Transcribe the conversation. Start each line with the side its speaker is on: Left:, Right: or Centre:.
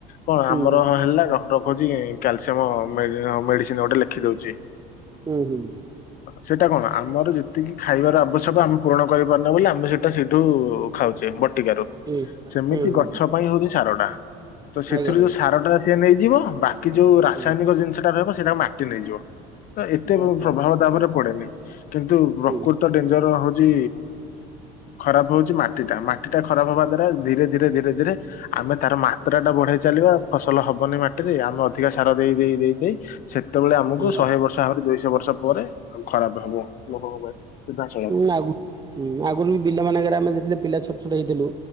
Left: କଣ
Right: ହୁଁ
Left: ଆମର ହେଲା ଡଟ କଉଛି କାଇଁ କ୍ୟାଲସିୟମ ମେ-ମେଡିସିନ ଗୋଟେ ଲେଖିଦଉଛି।
Right: ହୁଁ ହୁଁ।
Left: ସେଇଟା କଣ ଆମର ଯେତିକି ଖାଇବାର ଆବଶ୍ୟକ ଆମ ପୂରଣ କରିପାରୁନା ବୋଲି ଆମେ ସେ ସେଇଠୁ ଖାଉଛେ ବଟିକାରୁ
Right: ହୁଁ
Left: ସେମିତି
Right: ହୁଁ ହୁଁ
Left: ଗଛ ପାଇଁ ହଉଛି ସାରଟା। ତ ସେଥିରୁ
Right: ଆଜ୍ଞା ଆଜ୍ଞା
Left: ଯୋଉ ସାର ଟା ସିଏ ନେଇଯିବ ବାକି ଯୋଉ ରାସାୟନିକ
Right: ହୁଁ
Left: ଜିନିଷଟା ରହିବ ସେଇଟା ମାଟି ନେଇଯିବ। ତ ଏତେ
Right: ଆଚ୍ଛା
Left: ପ୍ରଭାବ
Right: ଆଚ୍ଛା
Left: ତାପରେ ପଡେନି କିନ୍ତୁ
Right: ହୁଁ
Left: ପ୍ରକୃତ ଡେଞ୍ଜର ହଉଛି। ଖରାପ ହଉଛି ମାଟିଟା ମା ମାଟି ଟା ଖରାପ ହବା ଦ୍ଵାରା ଧୀରେ ଧୀରେ ଧୀରେ ଧୀରେ ଆମେ ତାର ମାତ୍ରା ଟା ବଢେଇ ଚାଲିବା ଫସଲ ହବନି ମାଟି ଆମେ ଅଧିକା ସାର ଦେଇ ଦେଇ ଦେଇ ଦେଇ ସେତେବେଳେ ଆମକୁ
Right: ହୁଁ
Left: ଶହେ ବର୍ଷ ଭାବରେ ଦୁଇଶହ ବର୍ଷ ପରେ ଖରାପ ହବ ଲୋକଙ୍କ ପାଇଁ ସିଧାସଳଖ
Right: ହଁ ଆଗୁ-ଆଗରୁ ବି ବିଲ ମାନଙ୍କରେ ଆମେ ଯେତେଳେ ପିଲା ଛୋଟ ଛୋଟ ହେଇଥିଲୁ